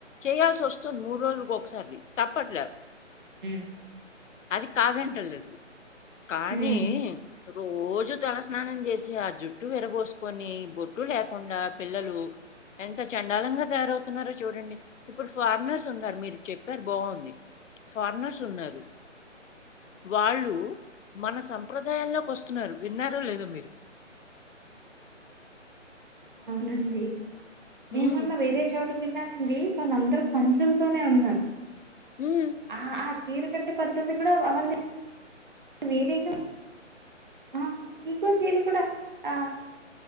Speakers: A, on the left; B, on the right.
A: చేయాల్సి వస్తుంది మూడు రోజులకి ఒకసారి తప్పట్లేదు
B: ఉ
A: అది కాదంటలు కానీ
B: హ్మ్.
A: రోజు తలస్నానం చేసి ఆ జుట్టు విరబోసుకొని బొట్టు లేకుండా పిల్లలు ఎంత చెండాలంగా తయారవు స్తున్నారా చూడండి ఇప్పుడు ఫారినర్స్ ఉన్నారు మీరు చెప్పారు బాగుంది ఫారినర్స్ ఉన్నారు వాళ్ళు మన సంప్రదాయాల్లోకి వస్తున్నారు విన్నారో లేదో మీరు
B: అవునండి మేము
A: ఉమ్,
B: మొన్న వేరే చోటు కెల్లానండి వాళ్ళ అందరు పంచలతోనే ఉన్నారు
A: ఉమ్
B: ఆ ఆ చీర కట్టే పద్ధతి కూడా వాళ్ళే వేరేగా ఆ ఇంకోచీలు కూడా ఆ